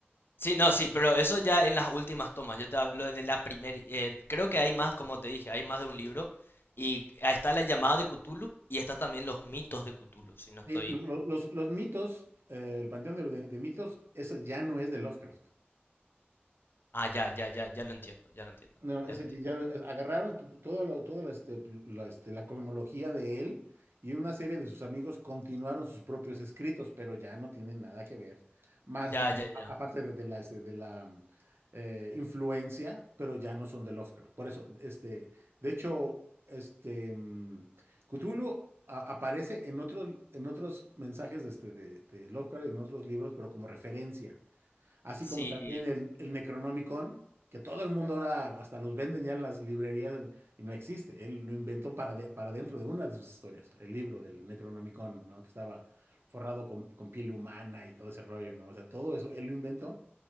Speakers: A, on the left; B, on the right.
A: Sí, no, sí, pero eso ya en las últimas tomas. Yo te hablo de la primera. creo que hay más, como te dije, hay más de un libro. Y ahí está la llamada de Cthulhu y están también los mitos de Cthulhu. Si no estoy.
B: Sí, lo- lo- los, los mitos, eh, el panteón de, de- de mitos, eso ya no es de Lovecraft.
A: Ah, ya, ya, ya, ya lo entiendo, ya lo entiendo,
B: No, ese
A: ya lo entiendo.
B: ya ya eh, agarraron t- t- todo lo- todo lo, este, la, este, la cosmología de él y una serie de sus amigos continuaron sus propios escritos, pero ya no tienen nada que ver. Más
A: Ya,
B: am-
A: ya,
B: a-
A: ya.
B: aparte de, de la, este, de la mm, eh, influencia, pero ya no son de Lovecraft. Por eso, este, de hecho, este mm, Cthulhu a- aparece en otros, en otros mensajes de, este, de, de Lovecraft y en otros libros, pero como referencia así
A: Sí.
B: como también el, el Necronomicon, que todo el mundo ahora hasta los venden ya en las librerías y no existe. Él lo inventó para, de- para dentro de una de sus historias, el libro del Necronomicon, ¿no? Que estaba forrado con, con piel humana y todo ese rollo, ¿no? O sea, todo eso él lo inventó.